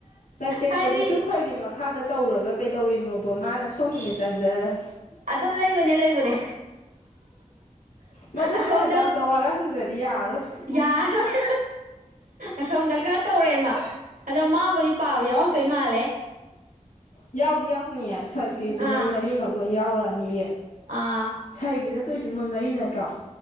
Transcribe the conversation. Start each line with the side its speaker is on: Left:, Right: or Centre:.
Left: ꯆꯦꯟꯕꯗꯨꯁꯨ
Right: ꯍꯥꯏꯗꯤ
Left: ꯁꯥꯔꯒꯤ ꯃꯈꯥꯗ ꯇꯧꯔꯒ ꯀꯩꯗꯧꯔꯤꯅꯣ ꯣ ꯃꯥꯅ ꯁꯣꯝꯒꯤ ꯃꯤꯇꯪꯗ
Right: ꯑꯗꯨꯝ ꯂꯩꯕꯅꯦ ꯂꯩꯕꯅꯦ
Left: ꯃꯗꯨ
Right: ꯑꯁꯣꯝꯗ
Left: ꯁꯥꯔꯗ ꯑꯝꯇ ꯋꯥꯔꯛꯍꯟꯗ꯭ꯔꯗꯤ ꯌꯥꯔꯔꯣꯏ
Right: ꯌꯥꯔꯣꯏ ꯑꯁꯣꯝꯗ ꯈꯔ ꯇꯧꯔꯦꯃ ꯑꯗꯣ ꯃꯥꯕꯨꯗꯤ ꯄꯥꯕ ꯌꯥꯎꯔꯛꯇꯣꯏ ꯃꯥꯜꯂꯦ
Left: ꯌꯥꯎꯗ ꯌꯥ ꯁꯔꯒꯤ ꯃꯣꯏ
Right: ꯑꯥ
Left: ꯃꯔꯤꯃꯛ ꯂꯣꯏ ꯌꯥꯎꯔꯛꯑꯅꯤꯌꯦ
Right: ꯑꯥ
Left: ꯁꯔꯒꯤꯗ ꯇꯣꯏꯁꯤ ꯃꯣꯏ ꯃꯔꯤ ꯅꯠꯇ꯭ꯔꯣ